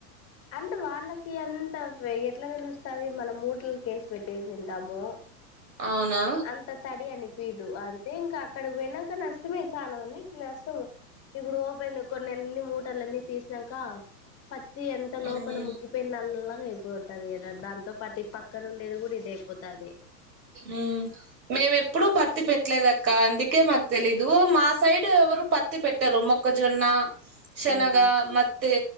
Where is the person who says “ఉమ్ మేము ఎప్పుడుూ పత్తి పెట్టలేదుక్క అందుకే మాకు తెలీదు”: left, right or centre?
Right